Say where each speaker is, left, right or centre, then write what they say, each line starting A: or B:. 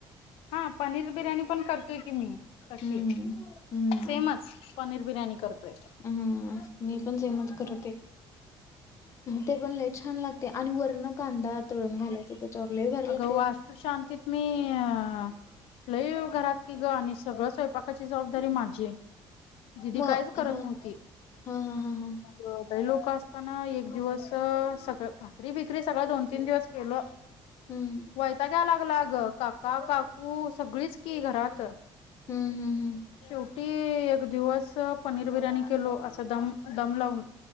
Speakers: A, on the left (about 80°); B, on the left (about 30°).
A: हा पनीर बिर्याणी पण करतेय की मी कशी
B: हम्म हम्म.
A: सेमच पनीर बिर्याणी करतोय
B: हा मी पण सेमत करते ते पण लय छान लागते आणि वरण कांदा तळून घालायचा त्याच्यावर लय भारी
A: अगं
B: लागते.
A: वास्तू
B: ते.
A: शांतीत मी अ लई घरात कि ग आणि सगळं स्वयंपाकाची जबाबदारी माझी आहे दिदी
B: मग
A: काहीच
B: हा
A: करत नव्हती
B: हा हा हा हा
A: सगळे लोक असताना एक दिवस सगळ भाकरी बिकरी सगळ दोन तीन दिवस केलो
B: हम्म
A: वयतागं यायला लागला ग काका काकू सगळीच घरात.
B: हम्म हम्म हम्म.
A: शेवटी एक दिवस पनीर बिर्याणी केलो असा दम दम लावून